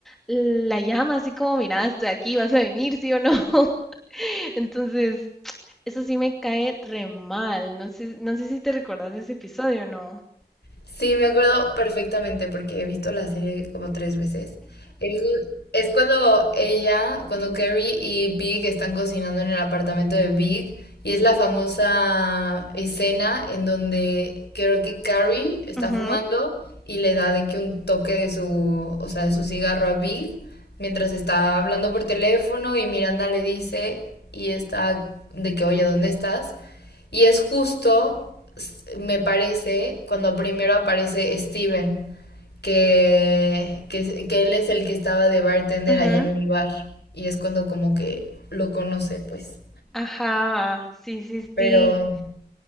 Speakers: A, in the centre; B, on the left (about 80°).
A: la llama así como, mira, estoy aquí, vas a venir, sí o no. <laughs> Entonces, eso sí me cae re mal. No sé, no sé si te recordás de ese episodio o no.
B: Sí, me acuerdo perfectamente porque he visto la serie como tres veces. El- es cuando ella, cuando Carrie y Big están cocinando en el apartamento de Big y es la famosa escena en donde creo que Carrie está
A: Ujú,
B: fumando y le da de que un toque de su, o sea, de su cigarro a Big mientras está hablando por teléfono y Miranda le dice y está de que, oye, ¿dónde estás? Y es justo, me parece, cuando primero aparece Steven, que, que, que él es el que estaba de bartender
A: ujú.
B: ahí en el bar. Y es cuando como que lo conoce, pues.
A: Ajá, sí, sí,
B: Pero,
A: sí.